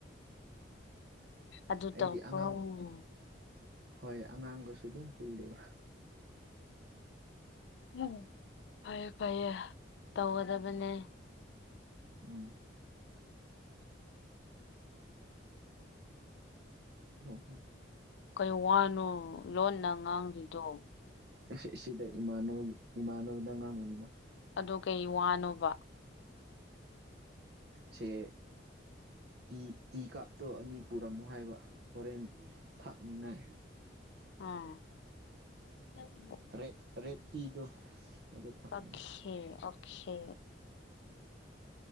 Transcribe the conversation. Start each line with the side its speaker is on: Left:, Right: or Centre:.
Left: ꯑꯗꯨ
Right: ꯑꯩꯗꯤ
Left: ꯇꯧꯕ꯭ꯔꯣ
Right: ꯑꯉꯥꯡ ꯍꯣꯏ ꯑꯉꯥꯡꯒꯁꯨ ꯑꯗꯨꯝ ꯄꯨꯜꯂꯤꯕ
Left: <unintelligible> ꯐꯩꯌꯦ ꯐꯩꯌꯦ ꯇꯧꯒꯗꯕꯅꯦ
Right: ꯎꯝ <unintelligible> <unintelligible>
Left: ꯀꯩ ꯋꯥꯅꯣ ꯂꯣꯟꯅ ꯉꯥꯡꯂꯤꯗꯣ
Right: ꯑꯁꯤ ꯁꯤꯗ ꯏꯃꯥꯟꯅꯕꯒꯤ ꯏꯃꯥꯟꯅꯕꯗ ꯉꯥꯡꯕꯅꯤꯗ
Left: ꯑꯗꯣ ꯀꯩ ꯋꯥꯅꯣꯕ
Right: ꯆꯦ ꯇꯤ ꯇꯤꯀꯥꯞꯇꯣ ꯑꯅꯤ ꯄꯨꯔꯝꯃꯣ ꯍꯥꯏꯕ ꯍꯣꯔꯦꯟ ꯊꯥꯛꯅꯤꯉꯥꯏ
Left: ꯑꯥ <unintelligible>
Right: ꯇ꯭ꯔꯦꯠ ꯔꯦꯠꯇꯤꯗꯣ ꯑꯗꯨ ꯊꯛꯅꯤꯡꯉꯤ
Left: ꯑꯣꯈꯦ ꯑꯣꯈꯦ